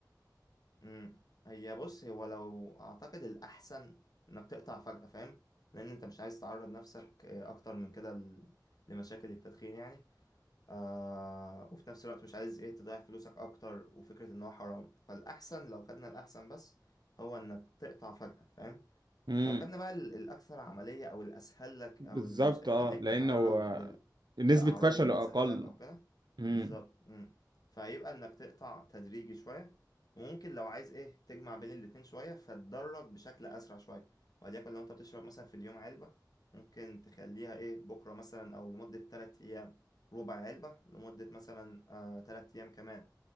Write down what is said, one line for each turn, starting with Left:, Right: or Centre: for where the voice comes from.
Left: مم. هي بص هو لو اعتقد الاحسن انك تقطع فجأة فاهم لان انت مش عايز تعرض نفسك آه، اكتر من كده ل- لمشاكل التدخين يعني آه وفي نفس الوقت مش عايز ايه تضيع فلوسك اكتر وفكرة ان هو حرام فالاحسن لو خدنا الاحسن بس هو انك تقطع فجأة فاهم
Right: امم
Left: لو خدنا بقى ال- الأكثر عملية أو الأسهل لك
Right: بالظبط
Left: أو اللي مش هيخليك
Right: أه لأن
Left: تتعرض
Right: هو
Left: لل...
Right: نسبة
Left: لأعراض
Right: فشله
Left: الانسحاب
Right: أقل
Left: أو كده
Right: امم
Left: بالظبط مم. فهيبقى إنك تقطع تدريجي شوية وممكن لو عايز إيه تجمع بين الاتنين شوية فتدرج بشكل أسرع شوية وليكن لو أنت بتشرب مثلا في اليوم علبة ممكن تخليها إيه بكرة مثلا أو لمدة تلات أيام ربع علبة لمدة مثلا آه تلات أيام كمان